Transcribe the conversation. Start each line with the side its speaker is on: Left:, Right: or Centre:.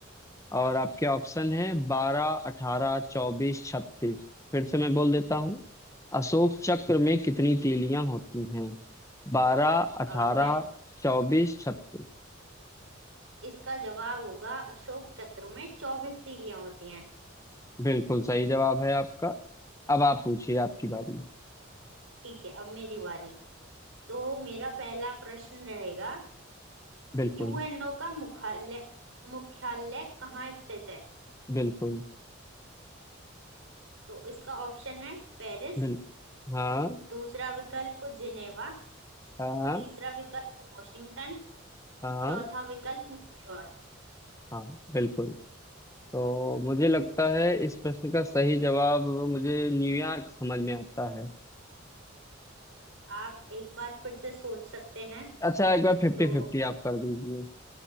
Left: और आपके ऑप्शन है बारह अठारह चौबीस छत्तीस फिर से मैं बोल देता हूँ अशोक चक्र में कितनी तीलियां होती हैं बारह अठारह
Right: अ, मैं
Left: चौबीस छत्तीस
Right: इसका जवाब होगा अशोक चक्र में चौबीस तीलियां होती हैं
Left: बिल्कुल सही जवाब है आपका अब आप पूछिए आपकी बारी
Right: ठीक है अब मेरी बारी तो मेरा पहला प्रश्न रहेगा
Left: बिल्कुल
Right: यूएनओ का मुख्यालय मुख्यालय कहाँ स्थित है
Left: बिल्कुल
Right: तो इसका ऑप्शन है पेरिस
Left: बिल्कुल हाँ
Right: दूसरा विकल्प जिनेवा
Left: हाँ
Right: तीसरा विकल्प वॉशिंगटन
Left: हाँ
Right: चौथा विकल्प न्यूयॉर्क
Left: हाँ बिल्कुल तो मुझे लगता है इस प्रश्न का सही जवाब मुझे न्यूयॉर्क समझ में आता है
Right: आप एक बार फिर से सोच सकते हैं
Left: अच्छा एक बार फिफ्टी
Right: तो
Left: फिफ्टी आप कर दीजिए